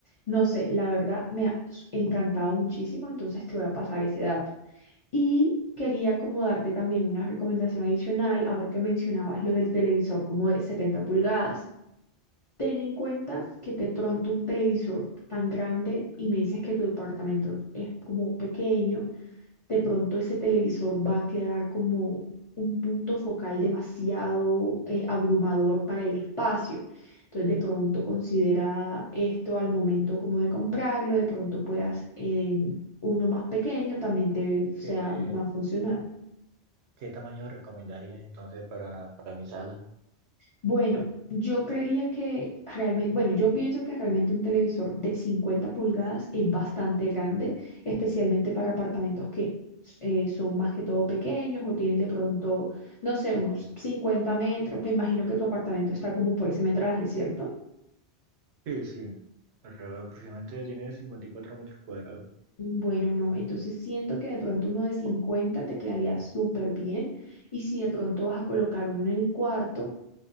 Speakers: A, on the left (about 45°); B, on the right (about 75°).
A: No sé, la verdad me ha s- encantado muchísimo, entonces te voy a pasar ese dato. Y quería como darte también una recomendación adicional, ahora que mencionabas lo del televisor como de 70 pulgadas. Ten en cuenta que de pronto un televisor tan grande y me dices que tu departamento es como pequeño, de pronto ese televisor va a quedar como un punto focal demasiado eh, abrumador para el espacio. Entonces de pronto considera esto al momento como de comprarlo, de pronto puedas em, uno más pequeño también te sea
B: ¿Qué,
A: más funcional.
B: qué tamaño recomendarías entonces para, para mi sala?
A: Bueno, yo creería que realmente, bueno, yo pienso que realmente un televisor de 50 pulgadas es bastante grande, especialmente para apartamentos que eh, son más que todo pequeños o tienen de pronto, no sé, unos 50 metros. Me imagino que tu apartamento está como por ese metraje, ¿cierto?
B: Sí, sí. Alrededor aproximadamente tiene 54 metros cuadrados.
A: Bueno, no, entonces siento que de pronto uno de 50 te quedaría súper bien y si de pronto vas a colocar uno en el cuarto.